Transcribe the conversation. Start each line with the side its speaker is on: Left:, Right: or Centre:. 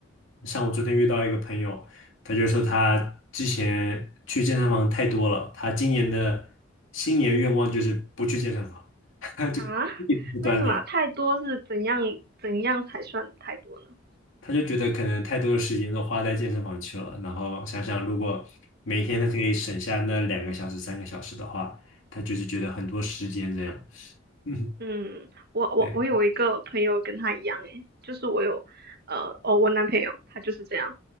Left: 像我昨天遇到一个朋友，他就说他之前去健身房太多了，他今年的新年愿望就是不去健身房，<laughs> 他就一直不锻炼，
Right: 啊？为什么太多是怎样怎样才算太多呢？
Left: 他就觉得可能太多的时间都花在健身房去了，然后想想如果每天他可以省下那两个小时、三个小时的话，他就是觉得很多时间这样。<laughs> 嗯，
Right: 嗯，我我我有一个朋友跟他一样诶，
Left: 对，
Right: 就是我有呃哦我男朋友他就是这样，